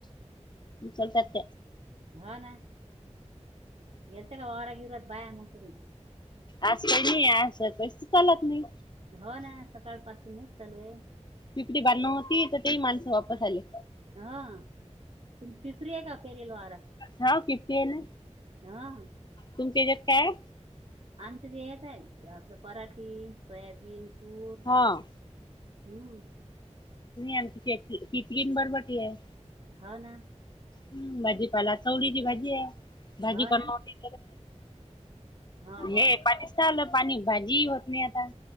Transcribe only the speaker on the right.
होा ना गेलत का वावरा गिवरात बाया मुकुरी
हो ना सकाळ पासून हेच चालू आहे.
हा तुम्ही पिपरी आहे का पेरल वावरात.
हा.
आमच ते येत आहे आपलं पराठीे सोयाबीन तूर
हम्म.
हो ना.
हो
ना हो हो